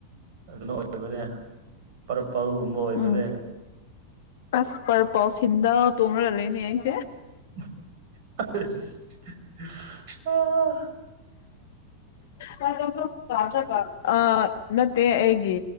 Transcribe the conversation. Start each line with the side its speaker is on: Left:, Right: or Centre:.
Right: ꯑꯗꯨꯅ ꯑꯣꯏꯕꯅꯦ ꯄꯔꯄꯜꯒꯨꯝꯕ꯫ ꯑꯣꯏꯕꯅꯦ
Left: ꯎꯝ ꯑꯁ ꯄꯔ ꯄꯥꯎꯁ ꯍꯗ ꯇꯣꯡꯉꯔ ꯂꯩꯦꯅꯦ ꯑꯩꯁꯦ
Right: ꯑꯣ
Left: ꯍ ꯑ ꯅꯠꯇꯦ ꯑꯩꯒꯤ